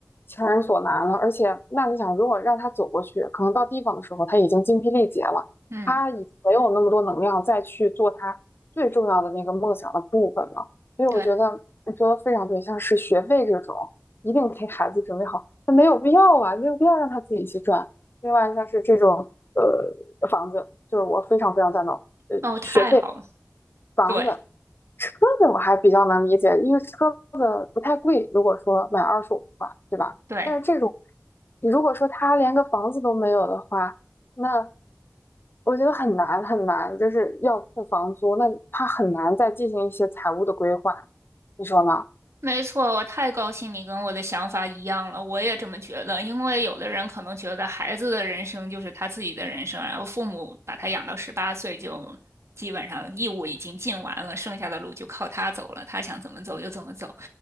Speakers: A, on the left (about 50°); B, on the right (about 75°).
A: 强人所难了。而且，那你想，如果让他走过去，可能到地方的时候他已经精疲力竭了，
B: 嗯，
A: 他已没有那么多能量再去做他最重要的那个梦想的部分了。所以我觉得你说的非常对，
B: 对，
A: 像是学费这种，一定给孩子准备好，那没有必要啊，没有必要让他自己去赚。另外像是这种呃房子，就是我非常非常赞同。呃，
B: 哦，
A: 学费、
B: 太好了，
A: 房子、
B: 对
A: 车子我还比较能理解，因为车子不太贵，如果说买二手的话，对吧？
B: 对。
A: 但是这种如果说他连个房子都没有的话，那我觉得很难很难，就是要付房租，那他很难再进行一些财务的规划，你说呢？
B: 没错，我太高兴你跟我的想法一样了，我也这么觉得。因为有的人可能觉得孩子的人生就是他自己的人生，然后父母把他养到十八岁就基本上义务已经尽完了，剩下的路就靠他走了，他想怎么走就怎么走。